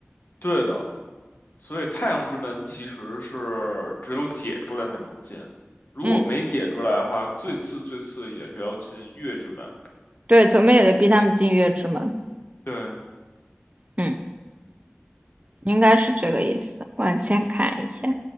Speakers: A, on the left; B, on the right.
A: 对的。所以太阳之门其实是只有解出来才能进，如果没解出来的话，
B: 嗯，
A: 最次最次也是要进月之门。
B: 对，怎么也得逼他们进月之门。
A: 对，
B: 嗯。应该是这个意思。往前看一下，